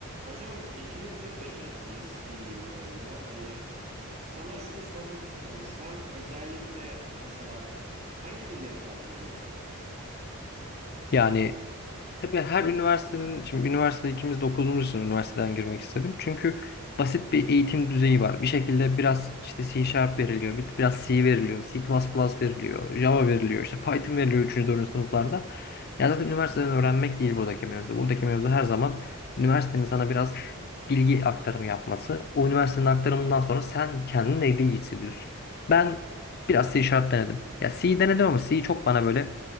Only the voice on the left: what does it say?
Yani tabii her üniversitenin, şimdi üniversitede ikimiz de okuduğumuz için üniversiteden girmek istedim. Çünkü basit bir eğitim düzeyi var. Bir şekilde biraz işte C Sharp veriliyor, bir- biraz C veriliyor, C++ veriliyor, Java veriliyor, işte Python veriliyor üçüncü 4. sınıflarda. Ya zaten üniversiteden öğrenmek değil buradaki mevzu. Buradaki mevzu her zaman üniversitenin sana biraz bilgi aktarımı yapması. O üniversitenin aktarımından sonra sen kendini neyde iyi hissediyorsun? Ben biraz C Sharp denedim. Ya C denedim ama C çok bana böyle